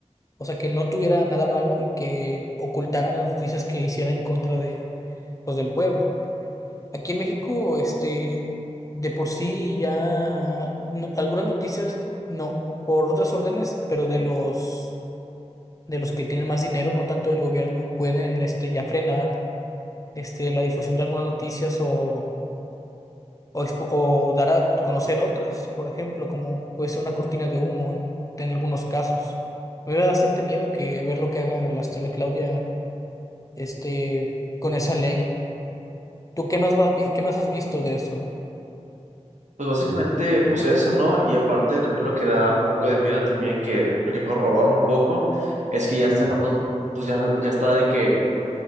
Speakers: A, on the left (about 30°); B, on the right (about 80°).
A: o sea, que no tuviera nada malo y que ocultaran las noticias que hiciera en contra de, pues, del pueblo. Aquí en México, este, de por sí ya no- algunas noticias, no, por otras órdenes, pero de los de los que tienen más dinero, no tanto del gobierno, pueden este ya frenar este la difusión de algunas noticias o o, expo- o dar a conocer otras, por ejemplo, como puede ser una cortina de humo en, en algunos casos. Me da bastante miedo que ver lo que haga la, hasta la Claudia este con esa ley. ¿Tú qué más va- qué más has visto de eso?
B: Pues básicamente, pues eso, ¿no? Y aparte también lo que da un poco de miedo también, que lo que corrobora un poco, es que ya está sacando, pues ya, ya está de que